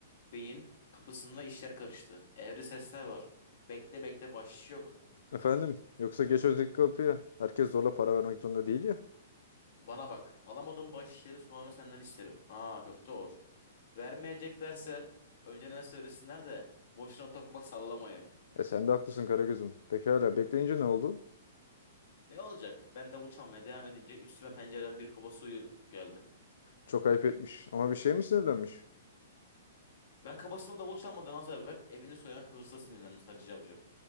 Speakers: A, on the left; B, on the left.
A: Beyin kapısında işler karıştı. Evde sesler var. Bekle bekle bahşiş yok.
B: Efendim yoksa geç öteki kapıya. Herkes zorla para vermek zorunda değil ya.
A: Bana bak. Alamadığım bahşişleri sonra senden isterim. Ha köfte olur. Vermeyeceklerse önceden söylesinler de boşuna tokmak sallamayın.
B: E sen de haklısın Karagöz'üm. Pekala bekleyince ne oldu?
A: Ne olacak? Ben davul çalmaya devam edince üstüme pencereden bir kaba suyu geldi.
B: Çok ayıp etmiş. Ama bir şey mi sinirlenmiş?
A: Ben kabasına davul çalmadan az evvel evini soyan hırsa sinirlenmiş Hacı Cavcı.